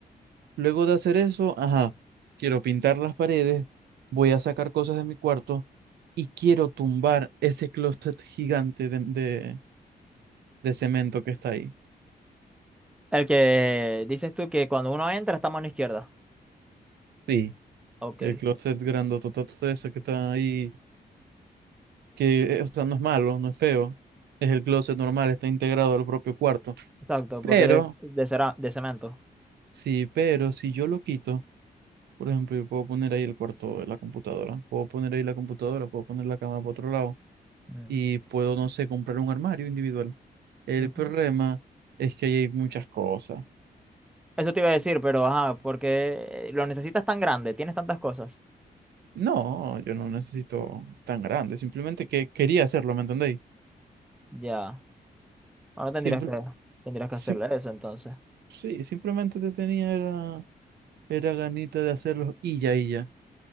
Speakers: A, on the right; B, in the centre.
A: Luego de hacer eso, ajá, quiero pintar las paredes, voy a sacar cosas de mi cuarto y quiero tumbar ese closet gigante de, de, de cemento que está ahí.
B: el que dices tú que cuando uno entra está a mano izquierda.
A: Sí,
B: Ok.
A: el closet grandototote ese que está ahí, que eh, o sea, no es malo, no es feo, es el closet normal, está integrado al propio cuarto.
B: Exacto,
A: Pero,
B: porque es de, cera- de cemento.
A: sí, pero si yo lo quito, por ejemplo, yo puedo poner ahí el cuarto de la computadora, puedo poner ahí la computadora, puedo poner la cama por otro lado
B: Mm.
A: y puedo, no sé, comprar un armario individual. El
B: Ujú.
A: problema es que ahí hay muchas cosas.
B: Eso te iba a decir, pero ajá, porque lo necesitas tan grande, tienes tantas cosas.
A: No, yo no necesito tan grande, simplemente que quería hacerlo, ¿me entendéis?
B: Ya, bueno, tendrías
A: Simple,
B: que, tendrías que
A: sim-
B: hacerle eso entonces.
A: sí, simplemente te tenía era, era ganita de hacerlo y ya, y ya.